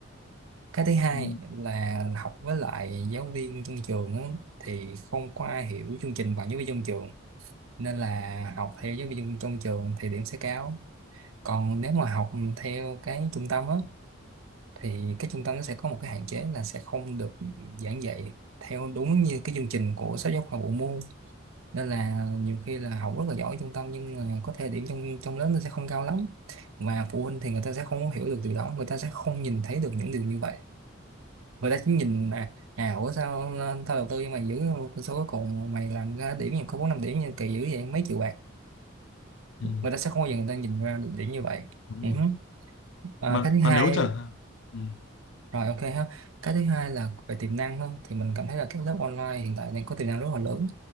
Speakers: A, on the right; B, on the left.
A: cái thứ hai
B: Ừ.
A: là học với lại giáo viên trong trường á, thì không có ai hiểu chương trình bằng giáo viên trong trường nên là học theo giáo viên trong trường thì điểm sẽ cao còn nếu mà học theo cái trung tâm á thì cái trung tâm nó sẽ có một cái hạn chế là sẽ không được giảng dạy theo đúng như cái chương trình của sách giáo khoa bộ môn nên là nhiều khi là học rất là giỏi ở trung tâm nhưng mà có thể điểm trong trong lớp nó sẽ không cao lắm mà phụ huynh thì người ta sẽ không có hiểu được điều đó người ta sẽ không nhìn thấy được những điều như vậy người ta chỉ nhìn là à ủa sao ờ, tao đầu tư cho mày giữ số cuối cùng mày làm ra điểm nhưng có bốn năm điểm nhưng kỳ dữ vậy mấy triệu bạc
B: Ừ.
A: người ta sẽ không bao giờ người ta nhìn ra được điểm như vậy
B: đúng
A: ừ.
B: rồi
A: hứ. à,
B: mà
A: cái thứ hai
B: mà nếu chẳng hạn ừ.
A: rồi ok ha cái thứ hai là về tiềm năng hơn thì mình cảm thấy là các lớp online hiện tại đang có tiềm năng rất là lớn